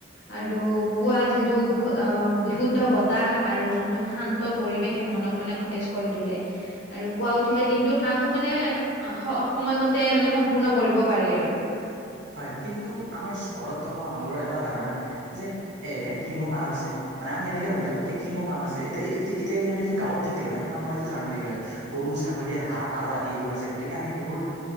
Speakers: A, on the left; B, on the right.
A: আৰু পুৱা যিহেতুু বিহুত তাহ আৰু যোনটো শান্ত পৰিৱেশে মনক মানে সতেজ কৰি তোলে আৰু পুৱা উঠিলে দিনটোৰ কামো মানে সময়মতে মানে সম্পূৰ্ণ কৰিব পাৰি আৰু
B: হয় কিন্তু আমাৰ চহৰত থকা মানুহবোৰৰ এটা ধাৰণা যে এ কিনো কাম আছে। মানে আমি এনেকৈ ভাবি এই কিনো কাম আছে এতিয়া এতিয়া যে আমি যদি গাঁৱত থাকিলো হয় আমাৰ মনত জাগি থাকিলে হয় গৰু গৰু ছাগলী হাঁ পাৰ আদি এইবোৰ আছে গতিকে আমি সেইবোৰ